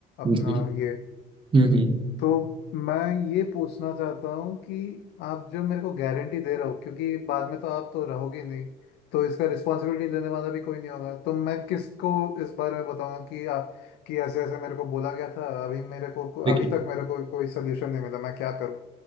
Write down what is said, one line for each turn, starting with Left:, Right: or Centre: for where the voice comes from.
Left: अपना
Right: हैं जी
Left: ये
Right: हम्म हम्म
Left: तो मैं ये पूछना चाहता हूँ कि आप जो मेरे को गारंटी दे रहे हो क्योंकि बाद में तो आप तो रहोगे नहीं तो इसका रिस्पॉन्सिबिलिटी लेने वाला भी कोई नहीं होगा तो मैं किसको इस बारे में बताऊंगा कि आ, कि ऐसे ऐसे मेरे को बोला गया था अभी मेरे को
Right: देखिए
Left: अभी तक मेरे को कोई सोल्यूशन नहीं मिला मैं क्या करूँ